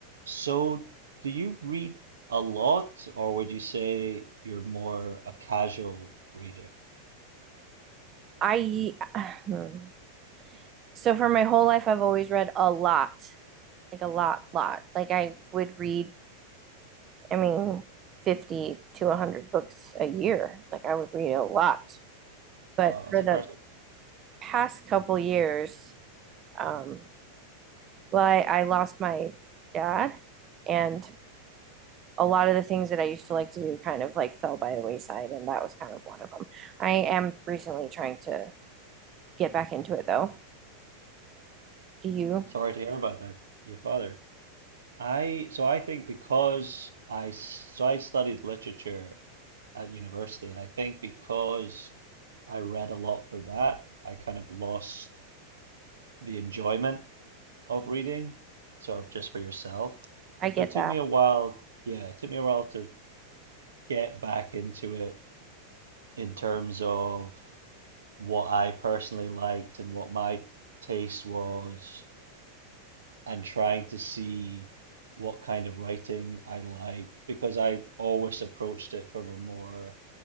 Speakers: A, on the right; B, on the right.
A: So, do you read a lot, or would you say you're more a casual reader?
B: I <sighs> hmm. so for my whole life I've always read a lot, like a lot, lot. Like I would read, I mean, 50 to 100 books a year. Like I would read a lot. But
A: Wow, that's
B: for
A: impressive.
B: the past couple years, um, well, I, I lost my dad and a lot of the things that I used to like to do kind of like fell by the wayside, and that was kind of one of them. I am recently trying to get back into it though. Do you?
A: Sorry to hear about that, your father. I so I think because I s- so I studied literature at university, and I think because I read a lot for that, I kind of lost the enjoyment of reading, sort of just for yourself.
B: I
A: So
B: get
A: it took
B: that.
A: me a while, yeah, it took me a while to get back into it in terms of. what I personally liked and what my taste was, and trying to see what kind of writing I liked because I always approached it from a more